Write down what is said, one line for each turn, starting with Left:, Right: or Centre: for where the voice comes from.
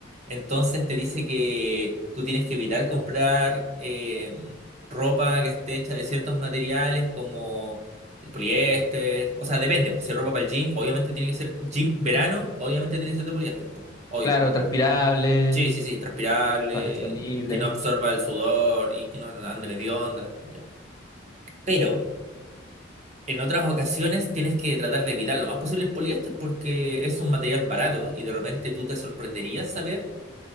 Right: Entonces te dice que tú tienes que evitar comprar eh, ropa que esté hecha de ciertos materiales como el poliéster. O sea, depende, pues si es ropa para el gym, obviamente tiene que ser gym verano, obviamente tiene que ser de poliéster, po, obvio.
Left: Claro, transpirable,
Right: Sí, sí, sí, transpirable,
Left: pa- expandible.
Right: que no absorba el sudor y que no ande de onda. Pero en otras ocasiones tienes que tratar de evitar lo más posible el poliéster porque es un material barato y de repente tú te sorprenderías saber